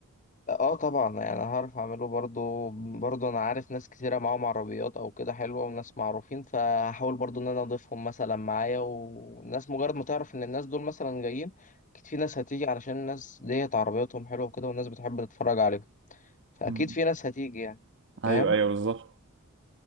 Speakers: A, on the left (about 35°); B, on the right (about 60°).
A: اه طبعا يعني هعرف اعمله برضو برضو انا عارف ناس كتيرة معاهم عربيات او كده حلوة وناس معروفين فهحاول برضو ان انا اضيفهم مثلا معايا والناس مجرد ما تعرف ان الناس دول مثلا جايين اكيد في ناس هتيجي علشان الناس ديت عربياتهم حلوة وكده والناس بتحب تتفرج عليهم فاكيد
B: مم.
A: في ناس هتيجي يعني
B: ايوه
A: فاهم
B: ايوه بالظبط